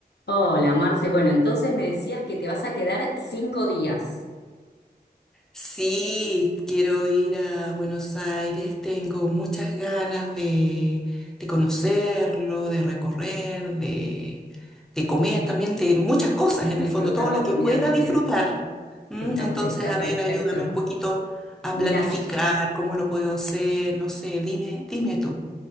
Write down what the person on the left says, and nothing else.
Hola, Marce. Bueno, entonces me decías que te vas a quedar cinco días.
Disfrutar
la
comida
también.
Está,
está
perfecto.
Mira,
yo,